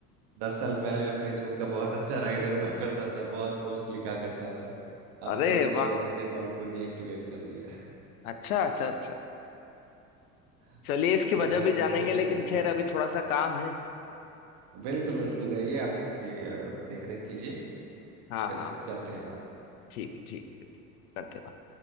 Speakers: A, on the right; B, on the left.
A: दस साल पहले मैं फेसबुक का बहुत अच्छा राइटर हुआ करता था बहुत पोस्ट लिखा करता था अब
B: अरे
A: तो हमने
B: वाह
A: अपने अकाउंट को डीएक्टिवेट कर दिया
B: अच्छा अच्छा अच्छा
A: <laughs>
B: चलिए इसकी
A: कौन
B: वजह भी
A: एक्स्ट्रा
B: जानेंगे लेकिन
A: टेंशन
B: खैर
A: पहले
B: अभी
A: यार
B: थोड़ा सा काम है
A: बिल्कुल बिल्कुल जाइए आप उनकी देख रेख कीजिए
B: हाँ
A: फिर
B: हाँ
A: करते हैं बात
B: ठीक ठीक ठीक करते हैं बात।